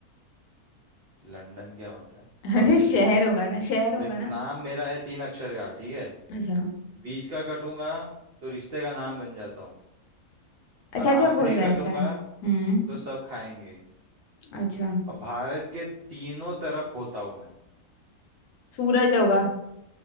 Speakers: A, on the right; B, on the left.
A: लंदन क्या होता है
B: <laughs> अरे
A: वापिस
B: शहर
A: सुन ले
B: होगा ना शहर होगा
A: देख
B: ना
A: नाम मेरा है तीन अक्षर का ठीक है
B: अच्छा
A: बीच का कटूंगा तो रिश्ते का नाम बन जाता हूँ
B: अच्छा
A: और आखिरी
B: अच्छा कोई वैसा
A: कटूंगा
B: है हम्म
A: तो सब खाएंगे
B: अच्छा
A: और भारत के तीनों तरफ होता हूँ मैं
B: सूरज होगा